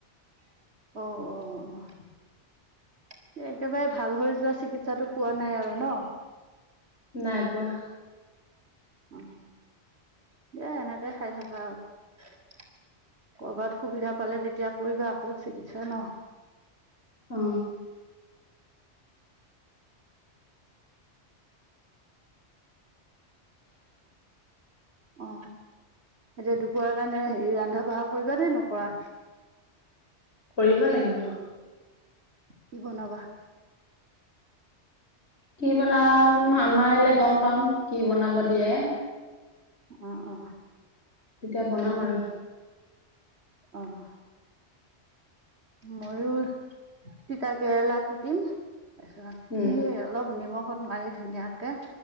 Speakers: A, on the left (about 65°); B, on the right (about 65°).
A: <unintelligible>
B: অ অ একেবাৰে ভাল হৈ যোৱা চিকিৎসাটো পোৱা নাই আৰু ন
A: নাইবোৱা
B: অ দিয়া এনেকে খাই থাকা আৰু কৰবাত সুবিধা পালে তেতিয়া কৰিবা আকৌ চিকিৎসা ন
A: অ
B: অ এতিয়া দুপৰাৰ কাৰণে হেৰি ৰন্ধা বঢ়া কৰিবা নে নকৰা
A: কৰিব লাগিব
B: কি বনাবা
A: কি বনাম আমাৰ আহিলে গম পাম কি বনাব দিয়ে
B: আহ অ
A: তেতিয়া বনাম আৰু
B: আহ ময়ো চতাাকৰেলা কুটিম তাৰপিছত সেইখিনি
A: উম
B: অলপ নিমখ ষত মাৰি ধুনীয়াকে